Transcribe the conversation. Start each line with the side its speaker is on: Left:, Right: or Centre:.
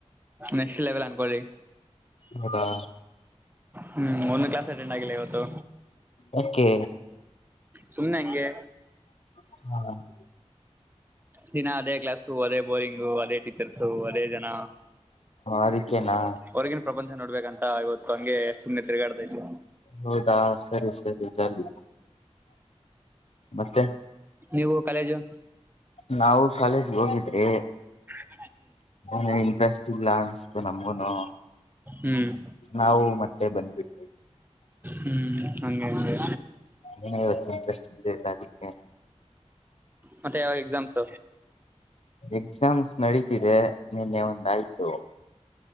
Right: ನೆಕ್ಸ್ಟ್ ಲೆವೆಲ್ ಅನ್ಕೊಳ್ಳಿ
Left: ಹೌದಾ
Right: ಹ್ಮ್ ಒಂದು ಕ್ಲಾಸ್ ಅಟೆಂಡ್ ಮಾಡಿಲ್ಲ ಇವತ್ತು
Left: ಯಾಕೆ
Right: ಸುಮ್ನೆ ಹಂಗೆ
Left: ಹ
Right: ದಿನ ಅದೇ ಕ್ಲಾಸೂ ಅದೇ ಬೋರಿಂಗು ಅದೇ ಟೀಚರ್ಸು ಅದೇ ಜನ
Left: ಅದಕ್ಕೇನಾ
Right: ಹೊರ್ಗಿನ ಪ್ರಪಂಚ ನೋಡ್ಬೇಕಂತ ಇವತ್ತು ಹಂಗೆ ಸುಮ್ಮನೆ ತಿರುಗಾಡ್ತಾ ಇದ್ದೀ
Left: ಹೌದಾ ಸರಿ ಸರಿ ಜಾಲಿ ಮತ್ತೆ
Right: ನೀವು ಕಾಲೇಜು
Left: ನಾವು ಕಾಲೇಜ್ಗೆ ಹೋಗಿದ್ರೆ
Right: ಹ್ಮ
Left: ನ ಇಂಟ್ರೆಸ್ಟ್ ಇಲ್ಲ ಅನ್ಸತು ನಮಗುನು
Right: ಹ್ಮ್
Left: ನಾವು ಮತ್ತೆ ಬಂದ್ವಿಟ್ಟ್ ವಿ
Right: ಹ್ಮ್ ಹಂಗೆ ಹಂಗೆ
Left: ನೀ ಇವತ್ತು ಇಂಟ್ರೆಸ್ಟ್ ಇದ್ದೇ ಇಲ್ಲ ಅದಕ್ಕೆ
Right: ಮತ್ತೆ ಯಾವಾಗ ಎಕ್ಸಾಮ್ಸ್
Left: ಎಕ್ಸಾಮ್ಸ್ ನಡೀತಿದೆ ನಿನ್ನೆ ಒಂದಾಯ್ತು